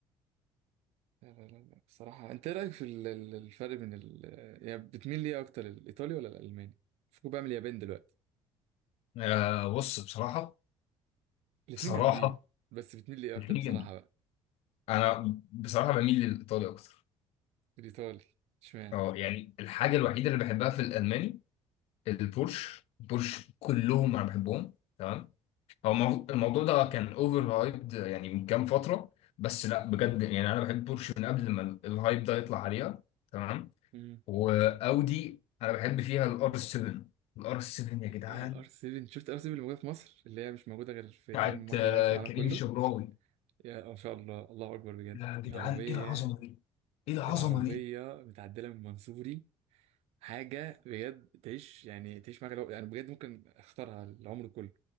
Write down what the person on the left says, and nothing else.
آه بص بصراحة
بصراحة
غير
أنا بصراحة بميل للإيطالي أكتر
أه يعني الحاجة الوحيدة اللي بحبها في الألماني البورش البورش كلهم أنا بحبهم تمام هو المو- الموضوع ده كان أوفر هايبد يعني من كام فترة بس لا بجد يعني أنا بحب بورش من قبل ما ال- الهايب ده يطلع عليها تمام
وأودي أنا بحب فيها الآر 7 الآر 7 يا جدعان
بتاعت
آه،
كريم
الشبراوي
يا جدعان
إيه العظمة دي ايه العظمه
دي